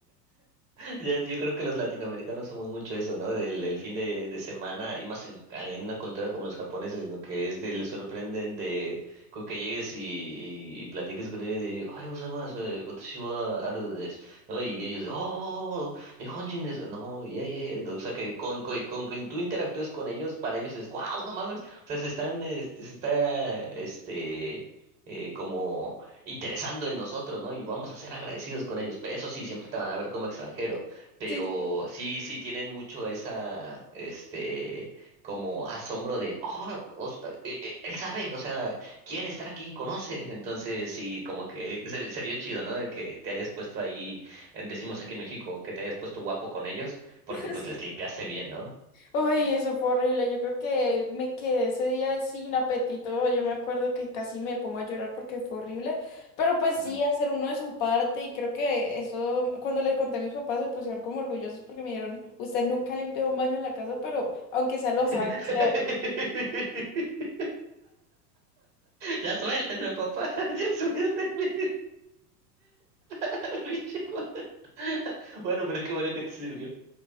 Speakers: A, on the right; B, on the left.
A: Ya- Yo creo que los latinoamericanos somos mucho eso, ¿no? Del, del fin de, de semana y más en, en una cultura como los japoneses, ¿no? Que es de, les sorprenden de con que llegues y, y, y platiques con ellos de, ¡Ay, gozaimasu! eh, watashi wa aru desu", ¿no? Y ellos de, ¡Oh! ¡Nihonjin desu! No, yeah, yeah, yeah". O sea, que con, con, con, con- tú interactúes con ellos, para ellos es, ¡Wow! ¡No mames! O sea, se están, este, se está, este, eh, como interesando en nosotros, ¿no? Y vamos a ser agradecidos con ellos. Eso sí, siempre te van a ver como extranjero, pero
B: sí, sí.
A: sí, sí tienen mucho esa, este, como asombro de, oh, os- eh, eh, él sabe, o sea, quiere estar aquí, conoce. Entonces, sí, como que se, ve- se vio chido, ¿no? El Que te hayas puesto ahí, eh, decimos aquí en México, que te hayas puesto guapo con ellos, porque
B: <laughs>
A: pues les limpiaste bien, ¿no?
B: Ay, eso fue horrible. Yo creo que me quedé ese día sin apetito. Yo me acuerdo que casi me pongo a llorar porque fue horrible. Pero pues
A: Ujú.
B: sí, hacer uno de su parte. Y creo que eso, cuando les conté a mis papás, se pusieron como orgullosos porque me dijeron, usted nunca ha limpiado un baño en la casa, pero aunque sea lo
A: <laughs>
B: sabe hacer.
A: Ya suéltenme, papá, <laughs> ya suéltenme, <laughs> pinche <laughs> Bueno, pero qué bueno que te sirvió.